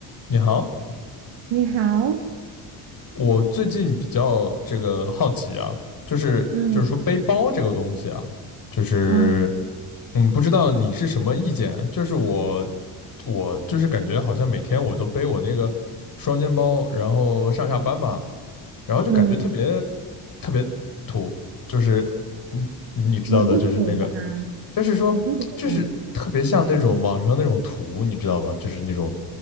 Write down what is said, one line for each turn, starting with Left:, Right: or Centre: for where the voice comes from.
Left: 你好，
Right: 你好，
Left: 我最近比较这个好奇啊，就是就是说背包这个东西啊，
Right: 嗯
Left: 就是
Right: 啊
Left: 嗯，不知道你是什么意见啊？就是我我就是感觉好像每天我都背我那个双肩包，然后上下班嘛，然后就感觉特别
Right: 嗯，
Left: 特别土，就是嗯，你知道的，
Right: 也不土吧，
Left: 就是那个。就是说，
Right: 也不土吧，
Left: 就是特别像那种网上那种图，你知道吗？就是那种，